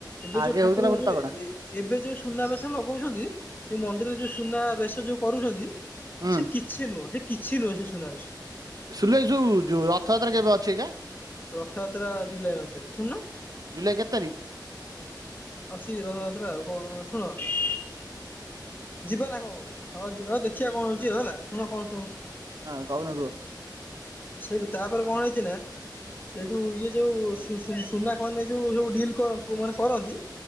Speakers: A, on the left; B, on the right.
A: ଏବେ
B: ଆଗେ
A: ଯୋଉ ଠାକୁରଙ୍କୁ
B: ହଉଥିଲା ଗୋଟେ
A: ଯୋଉ
B: ତଗଡା
A: ଏ ଏବେ ଯୋଉ ସୁନାବେଶ ଲଗଉଛନ୍ତି, ଯୋଉ ମନ୍ଦିରରେ ଯୋଉ ସୁନାବେଶ ଯୋଉ କରୁଛନ୍ତି
B: ହୁଁ
A: ସେ କିଛି ନୁହଁ, ସେ କିଛି ନୁହେ ସେ ସୁନାବେଶ।
B: ଶୁଣିଲ ଏ ଯୋଉ ଯୋଉ ରଥଯାତ୍ରା କେବେ ଅଛି ଏକା?
A: ରଥ ଯାତ୍ରା ଜୁଲାଇ ମାସରେ ଶୁନୁ
B: ଜୁଲାଇ କେତେ ତାରିଖ?
A: ଅଛି ରଥଯାତ୍ରା ଆଉ କଣ ଶୁଣ? ଯିବା ନାଁ କଣ କହୁଛ ହଁ ଯିବା ଦେଖିଆ କଣ ହଉଛି ହେଲା ଶୁଣ କଣ ଶୁଣ
B: ହଁ କହୁନ କୁହ।
A: ସେଇଠୁ ତାପରେ କଣ ହେଇଛି ନା ସେଇଠୁ ଇଏ ଯୋଉ ସୁ ସୁ ସୁନା କଣ ନି ଯୋଉ ସୁ ଡିଲ୍ କର୍ ମାନେ କରନ୍ତି।